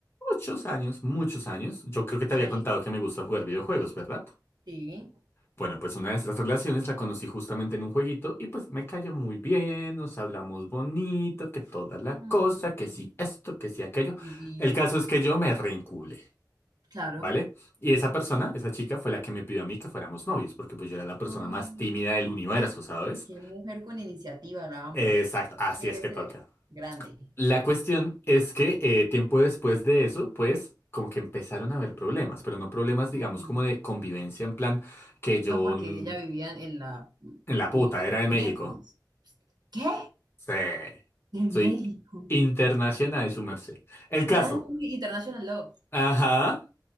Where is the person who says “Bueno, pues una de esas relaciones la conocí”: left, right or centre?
Left